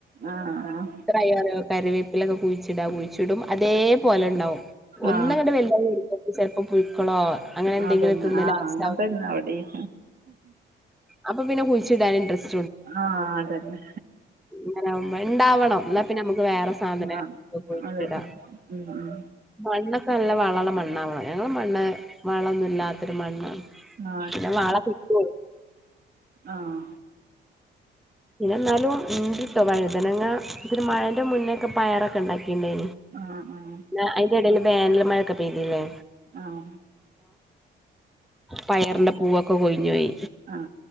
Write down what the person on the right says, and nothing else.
ആഹ് ആഹ്
ആ
ആ തെന്നെ
ആഹ്
അങ്ങൻ
തെന്നെ ഇവടിം
ആഹ് അതെന്നെ
ആ
അതെ ഉം, ഉം.
ആ
ആഹ്
ആഹ് ആഹ്
ആഹ
അഹ